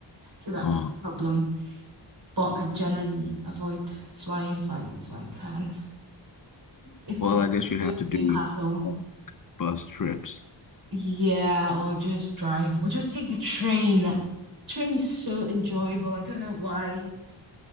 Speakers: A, on the right (about 55°); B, on the left (about 45°).
A: So that's
B: Uh,
A: the problem. But I generally avoid flying if I if I can. If
B: well,
A: it's
B: I guess you
A: going
B: have
A: to
B: to
A: Newcastle,
B: do with um, bus trips.
A: yeah, or just drive or just take the train. Train is so enjoyable. I don't know why